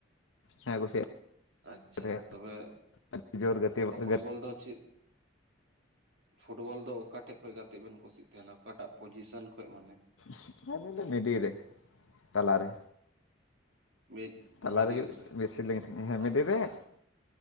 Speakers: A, on the left; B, on the right.
A: ᱦᱮᱸ ᱠᱩᱥᱤᱭᱟᱜ
B: ᱟᱪᱪᱷᱟ
A: ᱛᱟᱦᱮᱸᱫ
B: ᱛᱚᱵᱮ
A: ᱟᱹᱰᱤ ᱡᱳᱨ ᱜᱟᱛᱮ
B: ᱛᱚ, ᱯᱷᱩᱴᱵᱚᱞ
A: ᱜᱟᱛᱮ
B: ᱫᱚ ᱪᱮᱫ? ᱯᱷᱩᱴᱵᱚᱞ ᱫᱚ ᱚᱠᱟᱴᱷᱮᱡ ᱠᱷᱚᱡ ᱜᱟᱛᱮᱜ ᱵᱮᱱ ᱠᱩᱥᱤᱜ ᱛᱟᱸᱦᱮᱱᱟ ᱚᱠᱟᱴᱟᱜ ᱯᱚᱪᱤᱥᱮᱱ ᱠᱷᱚᱱᱚᱜ ᱢᱟᱱᱮ?
A: <unintelligible> ᱢᱤᱰᱤᱞ ᱨᱮ, ᱛᱟᱞᱟ ᱨᱮ᱾
B: ᱢᱤᱫ
A: ᱛᱟᱞᱟ
B: ᱢᱤᱰᱤᱞ
A: ᱨᱮᱜᱮ
B: ᱨᱮ
A: ᱵᱮᱥᱤ ᱞᱤᱧ ᱛᱟᱦᱮᱸᱜ, ᱢᱤᱰᱤᱞ
B: ᱟᱪᱪᱷᱟ
A: ᱨᱮ᱾